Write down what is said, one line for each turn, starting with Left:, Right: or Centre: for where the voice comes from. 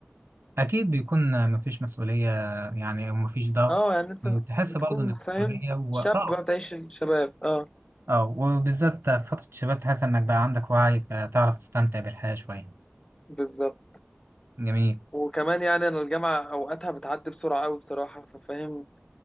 Right: أكيد بيكون آه، مفيش مسؤولية يعني ومفيش ضغط
Left: أه يعني أنت
Right: تحس
Left: بتكون
Right: برضه إنك
Left: فاهم
Right: في حرية و...
Left: شاب
Right: آه
Left: بقى بتعيش الشباب أه
Right: آه، وبالذات في فترة الشباب تحس إنك بقى عندك وعي فتعرف تستمتع بالحياة شوية
Left: بالظبط
Right: جميل
Left: وكمان يعني أنا الجامعة أوقاتها بتعدي بسرعة أوي بصراحة ففاهم